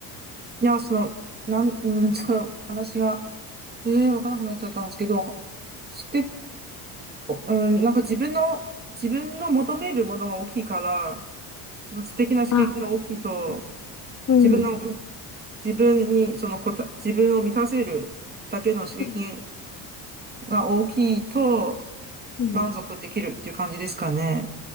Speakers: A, on the right (about 25°); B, on the left (about 40°).
A: いや、その、なん、うん、ちょっと話が、ええー、わかんなくなっちゃったんですけど、して、うん、なんか自分の、自分の求めるものが大きいから、その知的な刺激が大きいと、
B: あ、なるほどうん。
A: 自分の、自分に、そのこた、自分を満たせるだけの刺激
B: うん。
A: が大きいと、
B: うん
A: 満足できるっていう感じですかね。